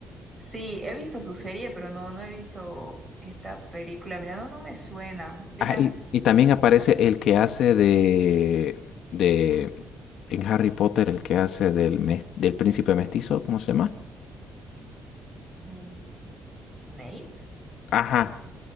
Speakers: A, on the right; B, on the left.
A: Sí, he visto su serie, pero no, no he visto esta película. Mira, no, no me suena. De
B: Ah,
A: las
B: y, y también aparece el que hace de, de, en Harry Potter, el que hace del, mes- del príncipe mestizo, ¿cómo se llama?
A: mm, Snape.
B: Ajá,